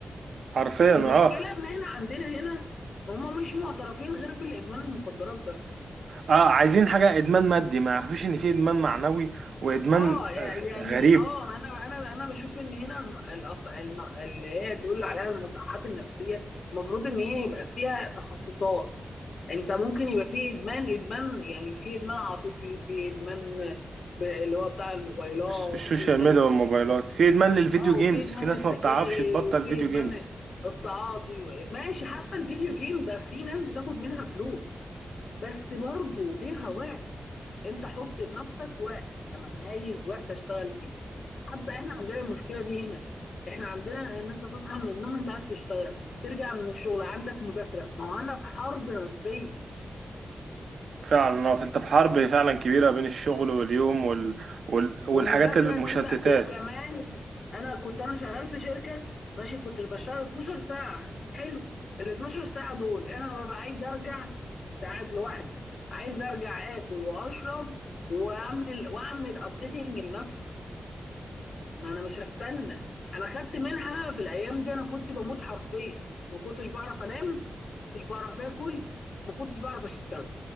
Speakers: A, on the right; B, on the left.
A: حرفيا
B: المشكلة
A: اه
B: ان احنا عندنا هنا هم مش معترفين غير بالادمان المخدرات بس
A: اه عايزين حاجة إدمان مادي ما يعرفوش إن في إدمان معنوي وإدمان
B: اه يع-
A: آه،
B: يعني
A: غريب
B: اه انا انا انا بشوف ان هنا الم- الأص- الم- اللي هي بيقولوا عليها المصحات النفسيه المفروض ان هي يبقى فيها تخصصات انت ممكن يبقى في ادمان ادمان يعني في ادمان عاطفي في ادمان ب- اللي هو بتاع الموبايلات
A: الس- السوشيال
B: وفي ادمان
A: ميديا
B: السجاير
A: والموبايلات في ادمان للفيديو
B: اه
A: جيمز
B: وفي ادمان
A: في ناس
B: السجاير
A: ما بتعرفش تبطل
B: وفي
A: فيديو
B: ادمان
A: جيمز
B: التعاطي ماشي حتى الفيديو جيم ده في ناس بتاخد منها فلوس بس برضه ليها وقت انت حط لنفسك وقت انا عايز وقت اشتغل فيه حتى احنا عندنا المشكله دي هنا احنا عندنا ان انت تصحى من النوم انت عايز تشتغل ترجع من الشغل عندك مذاكره ما هو انا في حرب نفسيه
A: فعلا آه، فانت في حرب فعلا كبيرة بين الشغل واليوم وال... وال... والحاجات
B: والمذاكره
A: المشتتات
B: ان انت وكمان انا كنت انا شغال في شركه ماشي كنت بشتغل 12 ساعه حلو ال 12 ساعه دول انا ببقى عايز ارجع كنت قاعد لوحدي عايز ارجع اكل واشرب واعمل واعمل ابديتنج لنفسي ما انا مش هستنى انا خدت منحه في الايام دي انا كنت بموت حرفيا ما كنتش بعرف انام ما كنتش بعرف اكل ما كنتش بعرف اشتغل